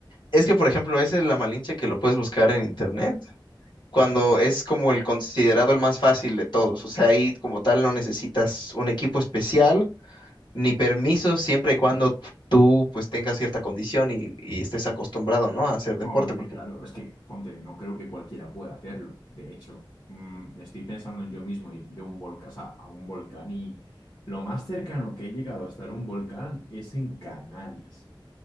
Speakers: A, on the left (about 60°); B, on the left (about 45°).
A: Es que, por ejemplo, ese es la Malinche que lo puedes buscar en internet, cuando es como el considerado el más fácil de todos. O sea, ahí como tal no necesitas un equipo especial ni permiso, siempre y cuando tú pues tengas cierta condición y, y estés acostumbrado, ¿no? A hacer deporte,
B: Hombre,
A: porque...
B: claro, es que, ponte, no creo que cualquiera pueda hacerlo. De hecho, mm, me estoy pensando en yo mismo ir de un volcán a, a un volcán y lo más cercano que he llegado a estar un volcán es en Canarias.